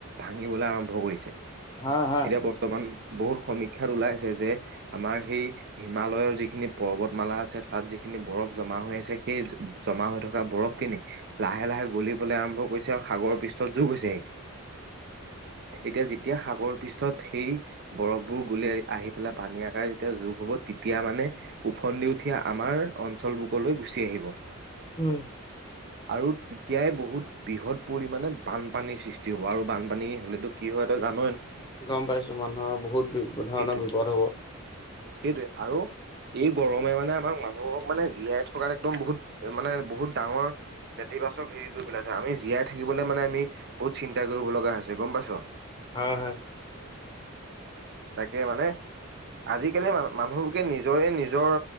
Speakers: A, on the right; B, on the left.
A: ভাঙিবলৈ আৰম্ভ কৰিছে।
B: হা হা।
A: এতিয়া বৰ্তমান বহুত সমীক্ষাত ওলাইছে যে আমাৰ সেই হিমালয়ৰ যিখিনি পৰ্বতমালা আছে তাত যিখ খিনি বৰফ জমা হৈ আছে সেই জমা হৈ থকা বৰফ খিনি লাহে লাহে গলিবলৈ আৰম্ভ কৰিছে আৰু। সাগৰ পৃষ্ঠত যোগগ হৈছেহি। এতিয়া যেতিয়া সাগৰ পিছত সেই বৰফবোৰ গলি আহি পেলাই পানী আকাৰে যেতিয়া যোগ হ'ব তেতিয়া মানে ওফন্দি উঠি আমাৰ অঞ্চল বুকলৈ গুচি আহিব।
B: হোম।
A: আৰু তেতিয়াই বহুত বৃহৎ পৰিমানে বানপানীৰ সৃষ্টি হ'ব আৰু বানপানী হলেটো কি হয় তই জান
B: গম পাইছো মানুহৰ বহুত বি ধৰণৰ
A: সেইটোৱে
B: বিপদ হব।
A: সেইটোৱে আৰু এই গৰমে মানে আমাক মানুহক মানে জীয়াই থকাত একদম বহুত মানে বহুত ডাঙৰ ই বাছক হেৰি কৰি পেলাইছে আমি জীয়াই থাকিবলৈ মানে আমি বহুত চিন্তা কৰিব লগা হৈছে গম পাইছ।
B: হয় হয়। <unintelligible>
A: তাকে মানে আজিকালি মানুহবুকে নিজৰে নিজৰ